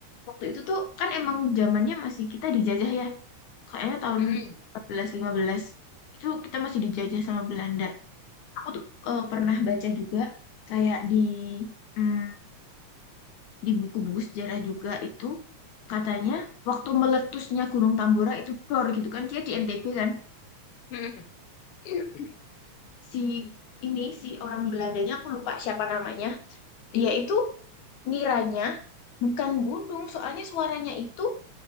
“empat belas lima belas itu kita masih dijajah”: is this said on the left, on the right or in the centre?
Left